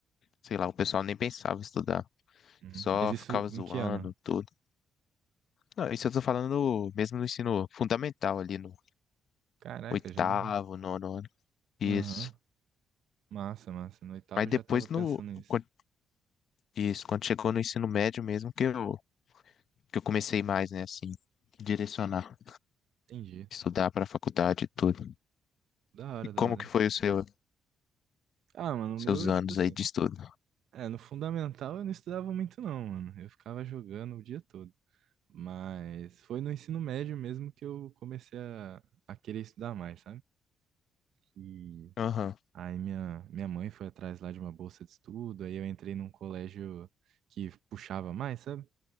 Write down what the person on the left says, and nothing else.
sei lá, o pessoal nem pensava em estudar.
Só
ficava zoando,
tudo. Não, isso eu tô falando mesmo no ensino fundamental ali, no
oitavo,
nono ano. Isso.
Mas
depois
no,
quan- isso, quando chegou no ensino médio mesmo, que eu, que eu comecei mais, né, assim, direcionar,
estudar pra faculdade e tudo.
E
como
que foi o seu,
seus
anos
aí de estudo?
Aham.